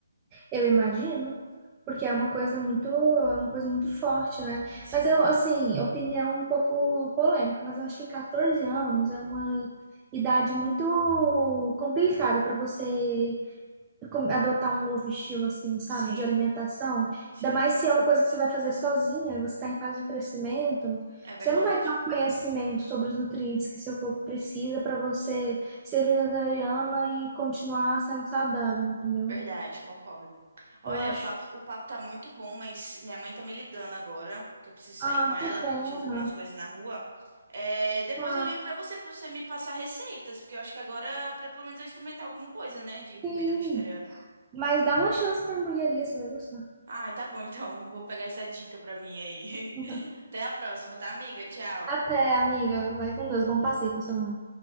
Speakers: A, on the right; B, on the right.
A: Eu imagino, porque é uma coisa muito, é uma coisa muito forte, né?
B: Sim,
A: Mas eu, assim, opinião um pouco polêmica, mas eu acho que 14 anos é uma idade muito complicada para você com- adotar um novo estilo, assim, sabe,
B: sim,
A: de alimentação.
B: sim.
A: Ainda mais se é uma coisa que você vai fazer sozinha, você está em fase de crescimento,
B: É verdade.
A: você não vai ter um conhecimento sobre os nutrientes que seu corpo precisa para você ser vegetariana e continuar sendo saudável, entendeu?
B: Verdade, concordo. Olha,
A: Eu acho
B: o papo, o papo tá muito bom, mas minha mãe tá me ligando agora, que eu preciso sair
A: Ah,
B: com ela
A: que pena.
B: pra gente resolver umas coisas na rua. É, depois
A: Ah,
B: eu ligo pra você, pra você me passar receitas, porque eu acho que agora, pra, pelo menos eu experimentar alguma coisa, né, de comida
A: sim.
B: vegetariana.
A: Mas dá uma chance pra hamburgueria, você vai gostar.
B: Ai, tá bom, então, vou pegar essa dica pra mim aí.
A: <laughs>
B: <laughs> Até a próxima, tá, amiga? Tchau.
A: Até, amiga. Vai com Deus. Bom passeio com a sua mãe.